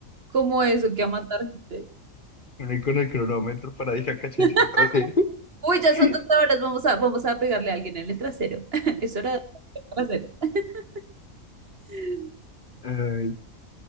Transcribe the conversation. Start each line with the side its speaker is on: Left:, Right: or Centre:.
Right: como eso que a matar gente.
Left: ¿Venir con el cronómetro para ir a cachetear
Right: <laughs>
Left: traseros?
Right: Uy, ya
Left: <laughs>
Right: son dos horas, vamos a, vamos a pegarle a alguien en el trasero. <laughs> Es hora de pegarle en el trasero. <laughs>
Left: Ay,